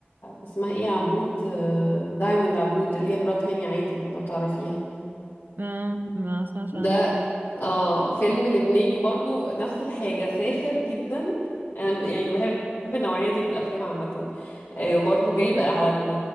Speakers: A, on the left; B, on the right.
A: اسمها ايه عبود آه، دايموند عبود اللي هي مرات هاني عادل لو تعرفيها
B: آه ما اسمعش
A: ده
B: عنه بصراحة
A: اه فيلم لبناني برضو نفس الحاجة ساخر جدا أنا يعني بحب النوعية دي من الأفلام عامة آه، برضو
B: <laughs>
A: جايب على ال